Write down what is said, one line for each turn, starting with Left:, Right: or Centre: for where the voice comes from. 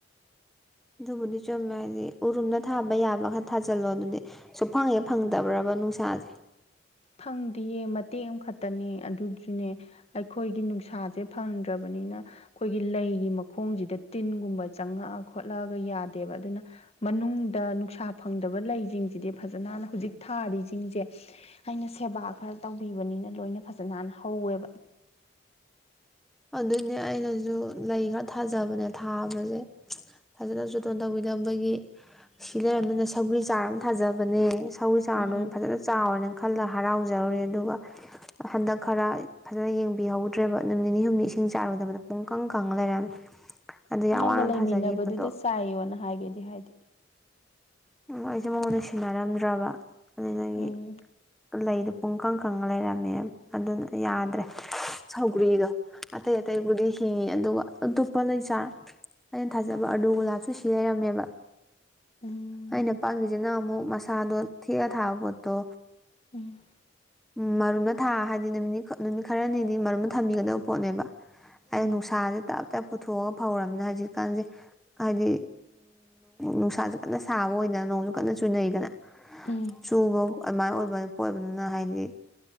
Centre: ꯑꯗꯨꯕꯨꯗꯤ ꯆꯨꯝꯃꯦ ꯍꯥꯏꯗꯤ ꯎꯔꯨꯝꯗ ꯊꯥꯕ ꯌꯥꯕ ꯈꯔ ꯊꯥꯖꯤꯜꯂꯣ ꯑꯗꯨꯗꯤ ꯁꯨꯡꯐꯪꯉꯦ ꯐꯪꯗꯕ꯭ꯔꯕ ꯅꯨꯡꯁꯥꯁꯦ
Left: ꯐꯪꯗꯦꯌꯦ ꯃꯇꯦꯛ ꯑꯃꯈꯛꯇꯅꯦ ꯑꯗꯨꯗꯨꯅꯦ ꯑꯩꯈꯣꯏꯒꯤ ꯅꯨꯡꯁꯥꯁꯦ ꯐꯪꯗ꯭ꯔꯕꯅꯤꯅ ꯑꯩꯈꯣꯏꯒꯤ ꯂꯩꯒꯤ ꯃꯈꯣꯡꯁꯤꯗ ꯇꯤꯟꯒꯨꯝꯕ ꯆꯪꯉꯛꯑ ꯈꯣꯠꯂꯛꯑꯒ ꯌꯥꯗꯦꯕ ꯑꯗꯨꯅ ꯃꯅꯨꯡꯗ ꯅꯨꯡꯁꯥ ꯐꯪꯗꯕ ꯂꯩꯁꯤꯡꯁꯤꯗꯤ ꯐꯖꯅꯅ ꯍꯧꯖꯤꯛ ꯊꯥꯔꯤꯁꯤꯡꯁꯦ ꯑꯩꯅ ꯁꯦꯕꯥ ꯈꯔ ꯇꯧꯕꯤꯕꯅꯤꯅ ꯂꯣꯏꯅ ꯐꯖꯅ ꯍꯥꯟꯅ ꯍꯧꯋꯦꯕ
Centre: ꯑꯗꯨꯅꯦ ꯑꯩꯅꯁꯨ ꯂꯩ ꯈꯔ ꯊꯥꯖꯕꯅꯦ ꯊꯥꯕꯁꯦ ꯐꯖꯅꯁꯨꯨꯇꯣꯟ ꯇꯧꯕꯤꯗꯕꯒꯤ ꯁꯤ ꯂꯩꯔꯕꯅꯤꯅ ꯁꯒꯔꯤ ꯆꯥꯔ ꯑꯃ ꯊꯥꯖꯕꯅꯦ ꯊꯧꯏ ꯆꯥꯔꯗꯨꯅ
Left: ꯎꯝ
Centre: ꯐꯖꯅ ꯆꯥꯎꯋꯦꯅ ꯈꯜꯂ ꯍꯔꯥꯎꯖꯔꯨꯔꯦ ꯑꯗꯨꯒ ꯍꯟꯗꯛ ꯈꯔ ꯐꯖꯅ ꯌꯦꯡꯕꯤꯍꯧꯗ꯭ꯔꯦꯕ ꯅꯨ ꯅꯤꯅꯤ ꯍꯨꯝꯅꯤ ꯏꯁꯤꯡ ꯆꯥꯔꯨꯗꯕꯗ ꯄꯨꯡ ꯀꯪ ꯀꯪꯉ ꯂꯩꯔꯝꯃꯦ ꯑꯗꯨ ꯌꯥꯝ
Left: ꯅꯪꯒ
Centre: ꯋꯥꯅ
Left: ꯂꯩꯃꯤꯟꯅꯕꯗꯨꯗ
Centre: ꯊꯥꯖꯈꯤꯕꯗꯣ
Left: ꯆꯥꯏꯌꯣꯅ ꯍꯥꯏꯒꯦꯗꯤ ꯍꯥꯏꯗꯦ
Centre: ꯑꯣ ꯑꯩꯁꯦ ꯃꯉꯣꯟꯗ ꯁꯤꯟꯅꯔꯝꯗ꯭ꯔꯕ ꯑꯗꯨꯗꯒꯤ
Left: ꯎꯝ
Centre: ꯂꯩꯗ ꯄꯨꯡ ꯏꯀꯪ ꯀꯪꯉ ꯂꯩꯔꯝꯃꯦ ꯑꯗꯨꯅ
Left: ꯎꯝ
Centre: ꯌꯥꯗ꯭ꯔꯦ ꯁꯧꯒ꯭ꯔꯤꯗꯣ ꯑꯇꯩ ꯑꯇꯩꯕꯨꯗꯤ ꯍꯤꯡꯉꯤ ꯑꯗꯨꯒ ꯑꯇꯣꯞꯄ ꯂꯩꯆꯥꯥꯔ ꯑꯩꯅ ꯊꯥꯖꯕ ꯑꯥꯗꯨꯒꯨꯂꯥꯞꯁꯨ ꯁꯤ ꯂꯩꯔꯝꯃꯦꯕ
Left: ꯎꯝ
Centre: ꯑꯩꯅ ꯄꯥꯉꯁꯤꯅ ꯑꯃꯨꯛ ꯃꯁꯥꯗꯣ ꯊꯦꯛꯑ ꯊꯥꯕ ꯄꯣꯠꯇꯣ
Left: ꯎꯝ
Centre: ꯎꯝ ꯃꯔꯨꯝꯗ ꯊꯥ ꯍꯥꯏꯗꯤ ꯅꯨꯃꯤꯠꯅꯤ ꯅꯨꯃꯤꯠ ꯈꯔꯅꯤꯗꯤ ꯃꯔꯨꯝꯗ ꯊꯝꯕꯤꯒꯗꯕ ꯄꯣꯠꯅꯦꯕ ꯑꯩ
Left: ꯎꯝ
Centre: ꯅꯨꯡꯁꯥꯁꯦ ꯇꯞ ꯄꯨꯊꯣꯛꯑꯒ ꯐꯧꯔꯕꯅꯤ ꯍꯧꯖꯤꯛꯀꯥꯟꯁꯦ ꯍꯥꯏꯗꯤ ꯅꯨꯡꯁꯥꯥꯁꯦ ꯀꯟꯅ ꯁꯥꯕ ꯑꯣꯏꯗꯅ ꯅꯣꯡꯁꯨ ꯀꯟꯅ ꯆꯨꯅꯩꯗꯅ
Left: ꯎꯝ
Centre: ꯆꯨꯕꯣ ꯑꯗꯨꯃꯥꯏꯅ ꯑꯣꯏꯕꯅꯤ ꯄꯣꯏꯕꯅꯤꯅ ꯍꯥꯏꯗꯤ ꯍꯥꯏꯗꯤ